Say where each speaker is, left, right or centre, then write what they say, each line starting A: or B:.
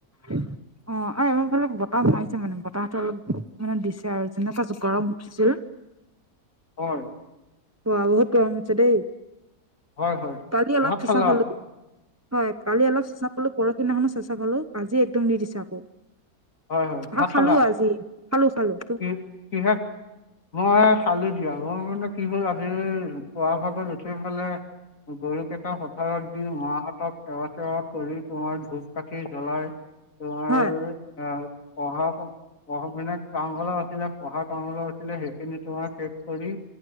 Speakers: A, on the right; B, on the left.
A: <inaudible> অ, এই আমাৰফালে বতাহ মাৰিছে মানে, বতাহটো অলপ মানে দিছে আৰু যেনেকুৱা যে গৰম উঠিছিল!
B: অ হয়।
A: ওৱাল হে <unintelligible> উঠছে দেই!
B: হয় হয়
A: কালি অলপ
B: ভাত
A: চেঁচা
B: খালা
A: পালোঁ। হয়, কালি অলপ চেঁচা পালোঁ পৰহি দিনাখনো চেচাঁ পালোঁ, আজি একদম দি দিছে আকৌ।
B: হয় হয়
A: ভা
B: ভাত
A: খালো
B: খালা
A: আজি। খালোঁ খালোঁ।
B: কি, কি শাক? মই খালো দিয়া, মোৰ মানে কি হ'ল আজি পুৱাৰ ভাগত উঠি পেলাই গৰুকেইটা পথাৰত দি, মাহঁতক সেৱা-চেৱা কৰি তোমাৰ ধূপ-কাঠি জ্বলাই তুমা
A: হয়।
B: এ, পঢ়া-শুন পঢ়া-শুনাক কাম অলপ আছিলে পঢ়া কাম অলপ আছিলে সেইখিনি তোমাৰ শেষ কৰি,